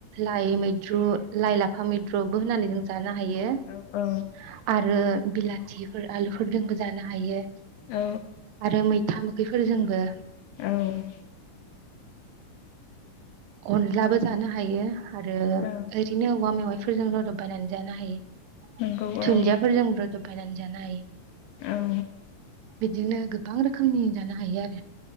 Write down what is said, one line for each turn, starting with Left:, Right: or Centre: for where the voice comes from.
Right: लाय मै द्रु लाइ लाफा मैद्रुबो होननानै जों जानो हायो आ
Left: औ
Right: रो बिलाथिफोर आलुफोरजोंबो जानो हायो
Left: औ
Right: आरो मैथा बेफोरजोंबो
Left: औ
Right: अनलाबो जानो हायो आरो
Left: औ
Right: ओरैनो औवा मेवाइ फोरजों रदब बायनानै जानो हायो
Left: नंगौ औ
Right: धुन्दियाफोरजों रोदोब बायनानै जानो हायो
Left: औ
Right: बिदिनो गोबां रोखोमनि जानो हायो आरो